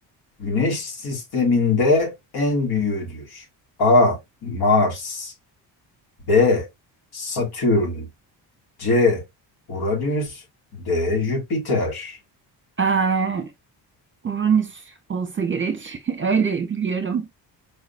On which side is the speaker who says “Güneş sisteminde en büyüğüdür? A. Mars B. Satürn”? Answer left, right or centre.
Left